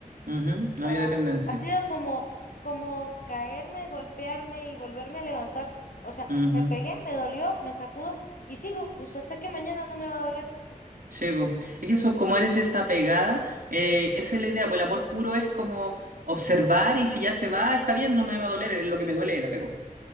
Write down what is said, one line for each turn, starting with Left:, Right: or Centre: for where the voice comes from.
Right: Ujú, No
Left: O sea,
Right: había dependencia.
Left: ha sido como, como caerme, golpearme y volverme a levantar. O sea,
Right: Ujú,
Left: me pegué, me dolió, me sacudo y sigo. O sea, sé que mañana no me va a doler
Right: Sí, po. Es que eso, como eres desapegada, eh, esa es la idea. Pues el amor puro es como observar y si ya se va, está bien, no me va a doler, es lo que me duele el apego.